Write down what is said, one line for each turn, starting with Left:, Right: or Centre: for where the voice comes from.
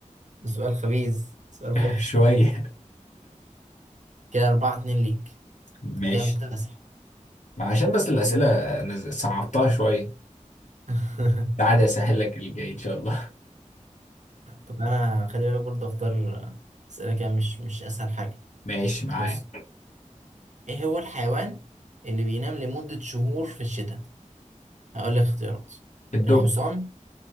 Right: <laughs> سؤال خبيث سؤال
Left: <laughs>
Right: خبيث
Left: شويه
Right: كده 4 2 ليك
Left: ماشي
Right: كده مكتسح
Left: عشان بس الاسئله انا صعبتها شويه
Right: <laughs>
Left: تعالى اسهل لك اللي جاي ان شاء الله
Right: طب انا خلي بالك برضه اختار اسئله كده مش مش اسهل حاجه
Left: ماشي معاك
Right: بص ايه هو الحيوان اللي بينام لمده شهور في الشتاء هقول لك اختيارات
Left: الدب
Right: الحصان